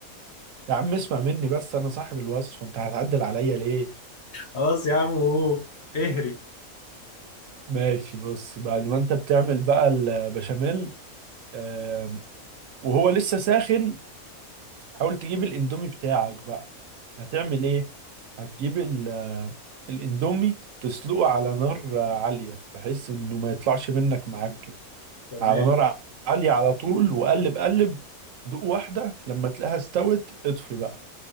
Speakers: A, on the right; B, on the left.
A: يا عم اسمع مني بس انا صاحب الوصف انت هتعدل عليا ليه
B: خلاص يا عم هو اهري
A: ماشي بص بعد ما انت بتعمل بقى البشاميل آم، وهو لسه ساخن حاول تجيب الاندومي بتاعك بقى هتعمل ايه هتجيب ال- الاندومي تسلقه على نار آه، عالية بحيث انه ما يطلعش منك معجن
B: تمام
A: على نار عالية على طول وقلب قلب دوق واحدة لما تلاقيها استوت اطفي بقى